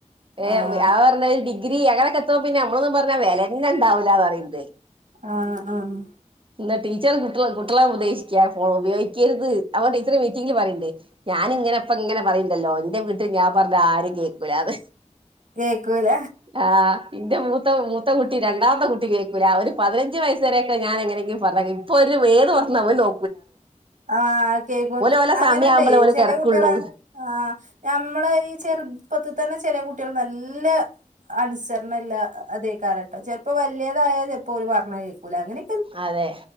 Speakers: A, on the right; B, on the right.
A: ആഹ്
B: ഏഹ് ആ പർഞ്ഞ ഡിഗ്രി അങ്ങനൊക്കെ എത്തുമ്പ പിന്നെ നമ്മളൊന്നും പറഞ്ഞാ വെലന്നെ ഉണ്ടാവൂലാന്നറിയ്ണ്ട്
A: ആഹ് ആഹ്
B: ഇന്ന് ടീച്ചർ കുട്ട്യള കുട്ട്യള ഉപദേശിക്കാ ഫോൺ ഉപയോഗിക്കരുത് അപ്പ ടീച്ചർ മീറ്റിങ്ങില് പറിണ്ട് ഞാന് ഇങ്ങനെപ്പ ഇങ്ങനെ പറിണ്ടല്ലോ എന്റെ വീട്ടിൽ ഞാൻ പർഞ്ഞ ആരും കേക്കൂലാന്ന്
A: കേക്കൂല
B: ആഹ് ഇന്റെ മൂത്ത മൂത്ത കൂട്ടി ര ണ്ടാമത്തെ കുട്ടി കേക്കൂല ഒരു പതിനഞ്ച് വയസ് വരൊക്കെ ഞാൻ എങ്ങനെങ്കിലും പർഞ്ഞ കേക്കും ഇപ്പ ഒരു ഏത് പർഞ്ഞാ പോല് നോ
A: ആഹ് കേക്കും
B: ഓലെ
A: അങ്ങനെണ്ടേ
B: സമയം ആവുമ്പളേ ഓല്
A: ചെലേ
B: കിടക്കുള്ളൂ
A: കുട്ടികളാങ്ങനെ ആഹ് ഞമ്മള ഈ ചെർപ്പത്ത് തന്നെ ചെലേ കുട്ടിയാൾ നല്ല അനുസരണല്ല അതേക്കാരട്ടോ ചെൽപ്പോ വലിയതായ ചെൽപ്പോ ഓല് പർഞ്ഞ കേക്കൂല അങ്ങനെ
B: അതെ